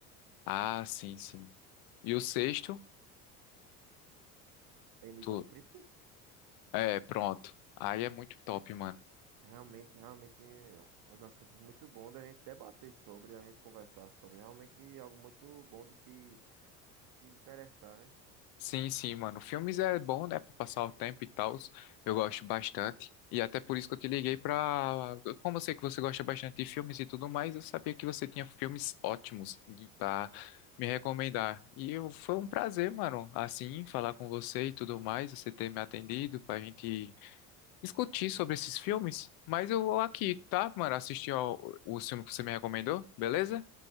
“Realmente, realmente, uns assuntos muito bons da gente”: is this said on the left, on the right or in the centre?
Right